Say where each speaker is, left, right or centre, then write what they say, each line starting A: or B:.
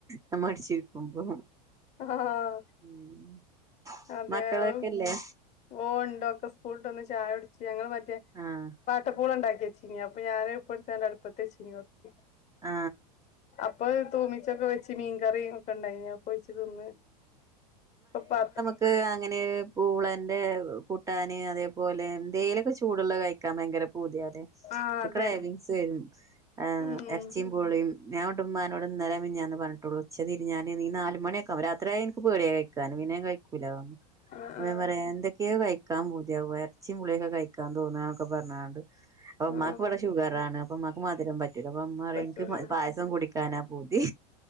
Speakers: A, on the right; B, on the left.
A: നമ്മ അടിച്ചിപോമ്പോ
B: ആഹ്
A: ഉം
B: അതെ
A: മക്കളൊക്കെല്ലേ
B: ഔ ഓ ഉണ്ടോ ഒക്കെ സ്കൂളിട്ട ഒന്ന് ചായ കുടിച്ചു ഞങ്ങള് ട്ടേ
A: ആഹ്
B: പാട്ടപ്പുളണ്ടാക്കിയെച്ചിനി അപ്പൊ ഞാന് ഇപ്പ എടുത്താണ്ട് അടുപ്പത്ത് വെച്ചീനി കൊറച്ച്
A: ആ
B: അപ്പൊ തൂമിച്ചൊക്കെ വെച്ച് മീൻകറിയും ഒക്കെ ഉണ്ടായിനു പോച്ചു തോന്ന് അപ്പാത്
A: ക്ക് അങ്ങനെ പൂളന്റെ കൂട്ടാന് അതേപോലെന്തെയിലൊക്കെ ചൂടുള്ള കഴിക്കാൻ ഭയങ്കര പുതിയതെ
B: ആഹ്
A: എക്രേവിങ്സ്
B: അതെ
A: വരും ഏ
B: ഉം ഉം
A: ഇറച്ചിയും പുളിയും ഞാൻ ഉണ്ട് ഉമ്മാനോട് ഇന്നലെ മിഞ്ഞാന്ന് പറഞ്ഞിട്ടുള്ളൂ ഉച്ചതിരിഞ്ഞാന് നീ നാല് മണിയൊക്കെ ആവും രാത്രിയാ ഇൻക്ക് പേടിയ കഴിക്കാന് പിന്നേം കഴിക്കൂല
B: ആഹ് ആഹ്
A: ഞാൻ പറയ എന്തെ കെ കഴിക്കാൻ പൂതിയാ ഇറച്ചി പുളിയൊക്കെ കഴിക്കാൻ തോന്നക്കെ പറഞ്ഞണ്ട് ഉമ്മാക്കിവിടെ
B: ഉം
A: ഷുഗറാണ് അപ്പൊ ഉമ്മാക്ക് മധുരം പറ്റൂല അപ്പൊ ഉമ്മാ റിം
B: പറ്റൂല
A: ഇൻക്ക് പായസം കുടി കാനാ പൂതി